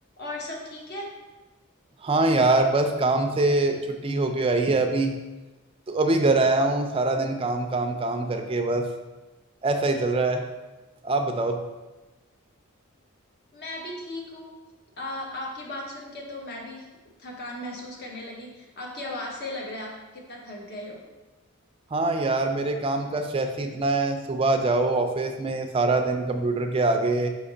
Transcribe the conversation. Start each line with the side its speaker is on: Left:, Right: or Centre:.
Left: और सब ठीक है
Right: हाँ यार बस काम से छुट्टी होके आई है अभी तो अभी घर आया हूँ सारा दिन काम काम काम करके बस ऐसा ही चल रहा है आप बताओ
Left: मैं भी ठीक हूँ आ, आपकी बात सुन के तो मैं भी थकान महसूस करने लगी आपकी आवाज से लग रहा है आप कितना थक गए हो
Right: हाँ यार मेरे काम का स्ट्रेस ही इतना है सुबह जाओ ऑफिस में सारा दिन कंप्यूटर के आगे